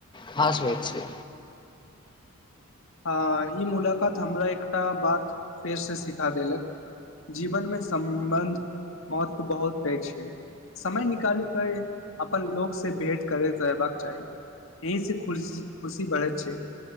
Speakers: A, on the left (about 20°); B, on the left (about 65°).
A: खास होइ छै
B: हँ ई मुलाकात हमरा एकटा बात फेरसँ सिखा देलक जीवनमे सम्बन्ध महत्व बहुत पैघ छै समय निकालि कऽ अपन लोकसँ भेँट करैत रहबाक चाही एहिसँ खुशी खुशी बढ़ैत छै